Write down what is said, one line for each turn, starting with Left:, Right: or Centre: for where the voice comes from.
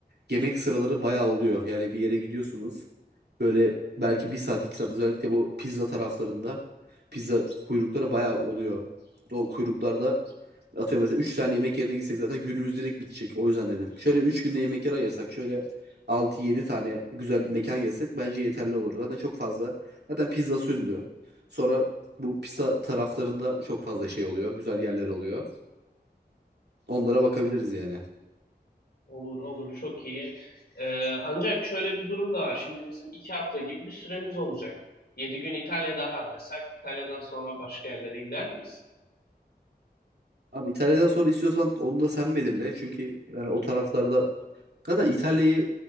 Right: yemek sıraları bayağı oluyor. Yani bir yere gidiyorsunuz. Böyle belki bir saat 2 saat özellikle bu pizza taraflarında pizza kuyrukları bayağı oluyor. O kuyruklarda Atıyorum mesela 3 tane yemek yerine gitsek zaten günümüz direkt bitecek. O yüzden dedim. Şöyle 3 günde yemek yer ayırsak şöyle altı yedi tane güzel mekan yesek bence yeterli olur. Zaten çok fazla. Zaten pizza sündü. Sonra bu pizza taraflarında çok fazla şey oluyor. Güzel yerler oluyor. Onlara bakabiliriz yani.
Left: Olur olur çok iyi. E, ancak şöyle bir durum da var. Şimdi bizim iki hafta gibi bir süremiz olacak. Yedi gün İtalya'da harcasak İtalya'dan sonra başka yerlere gider miyiz?
Right: Abi İtalya'dan sonra istiyorsan onu da sen belirle. Çünkü yani o taraflarda Zaten İtalya'yı